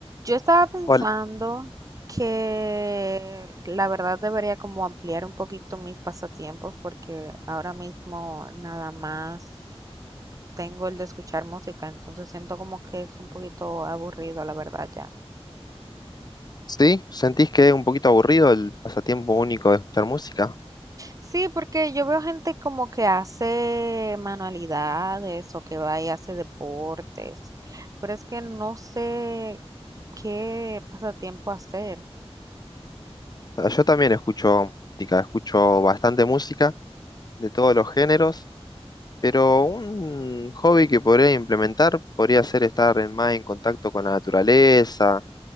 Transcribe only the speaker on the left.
Ol-
¿Sí? ¿Sentís que es un poquito aburrido el pasatiempo único de escuchar música?
Ah, Yo también escucho música, escucho bastante música de todos los géneros, pero un hobby que podría implementar podría ser estar en- más en contacto con la naturaleza